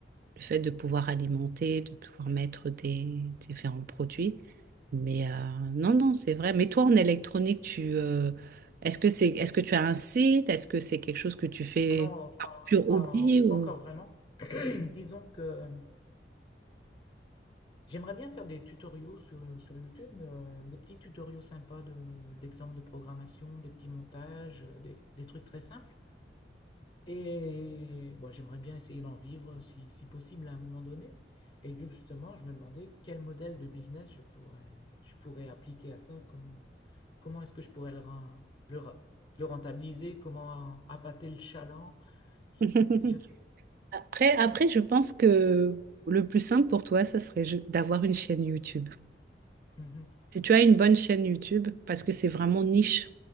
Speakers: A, on the right; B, on the left.
A: le fait de pouvoir alimenter, de pouvoir mettre des différents produits. Mais euh, non, non, c'est vrai. Mais toi, en électronique, tu euh, est-ce que c'est est-ce que tu as un site? Est-ce que c'est quelque chose que tu fais
B: Ah Non, pas,
A: pur
B: pas-
A: hobby ou-
B: pas encore vraiment. <clears throat> Disons que j'aimerais bien faire des tutoriaux sur, sur YouTube, euh, des petits tutoriaux sympas de, d'exemples de programmation, des petits montages, euh, des, des trucs très simples. Et bon, j'aimerais bien essayer d'en vivre si, si possible à un moment donné. Et du- justement, je me demandais quel modèle de business je pourrais, je pourrais appliquer à ça, comment, comment est-ce que je pourrais le, ren- le, ra- le rentabiliser, comment appâter le chaland. Je-
A: <laughs>
B: je-
A: Après, après, je pense que le plus simple pour toi, ça serait ju- d'avoir une chaîne YouTube.
B: Mhm.
A: Si tu as une bonne chaîne YouTube, parce que c'est vraiment niche.